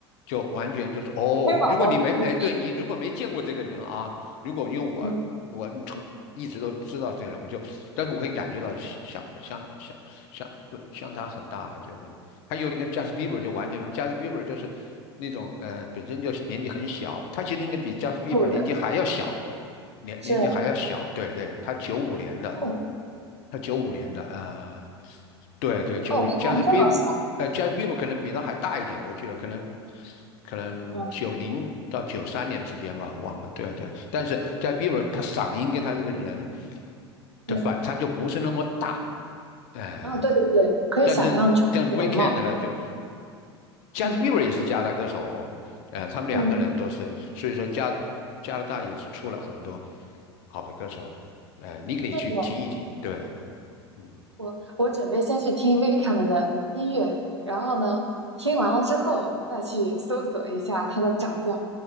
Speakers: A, on the left (about 50°); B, on the right (about 85°).
A: 就完全就是哦，
B: 黑马王子，
A: 如果你没哎，对你如果没见过这个人啊。如果因为我我从一直都知道这个人，
B: 嗯，
A: 我就，但是我会感觉到相相相相不相差很大的这种。还有你跟 Justin Bieber 就完全没有，Justin Bieber 就是那种呃本身就年纪很小，他其实应该比 Justin Bieber
B: 酷的
A: 年纪还要小，年年纪还要小。
B: 是
A: 对对，他九五年的，
B: 哦
A: 他九五年的，呃，对对，九五年，Justin
B: 哦，被看这么小，
A: Bieber 呃 j a z n Bieber 可能比他还大一点，我记得可能可能九零到九三年之间吧，
B: 嗯，
A: 忘了。对啊对啊，但是 j a z n Bieber 他嗓音跟他这个人的反差就不是那么大，
B: 是，
A: 哎、
B: 哦对对对，可以想象成那的容貌，
A: 但是但是 Weekend 呢，就 j
B: 嗯
A: a z n Bieber 也是加拿大歌手哦，呃，他们两个人都是，
B: 嗯，
A: 所以说加加拿大也是出了很多好的歌手，呃，你可以去听一听，
B: 是的。
A: 对，嗯，
B: 我我准备先去听 Weeknd 的音乐，然后呢，听完了之后再去搜索一下他的长相，